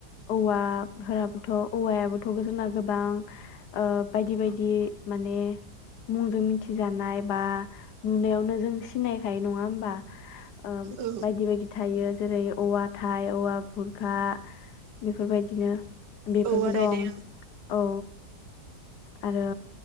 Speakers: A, on the left (about 75°); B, on the right (about 85°).
A: औवा फोराबोथ' औवायाबोथ' जोंना गोबां ओ बायदि बायदि माने मुंजों मिथिजानाय बा नुनायावनो जों सिनायखायो नङा होमबा ओ
B: औ
A: बायदि बायदि थायो जेरै औवा थाइ औवा भु खा बेफोरबायदिनो बेफोरबो
B: औवा रायदों
A: दं औ आरो